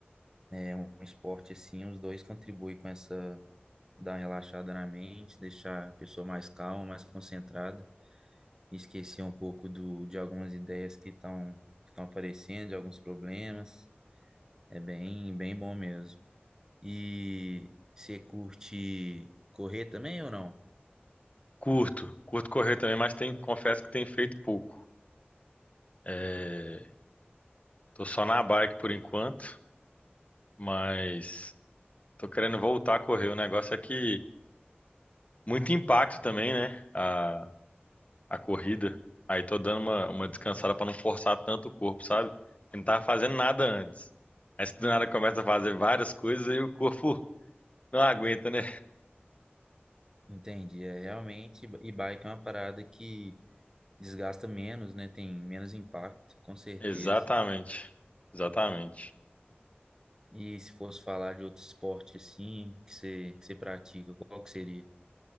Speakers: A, on the right; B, on the left.
A: né, é um esporte assim, os dois contribuem com essa, dar uma relaxada na mente, deixar a pessoa mais calma, mais concentrada, e esquecer um pouco do, de algumas ideias que estão que estão aparecendo, de alguns problemas. É bem, bem bom mesmo. E você curte correr também ou não?
B: Curto, curto correr também, mas tem, confesso que tem feito pouco. É, tô só na bike por enquanto, mas tô querendo voltar a correr. O negócio é que muito impacto também, né? A, a corrida. Aí tô dando uma, uma descansada pra não forçar tanto o corpo, sabe? Eu não tava fazendo nada antes. Aí se do nada começa a fazer várias coisas e o corpo não aguenta, né?
A: Entendi, é realmente, e bike é uma parada que desgasta menos, né? Tem menos impacto, com certeza.
B: Exatamente, exatamente.
A: E se fosse falar de outro esporte assim, que você, que você pratica, qual que seria?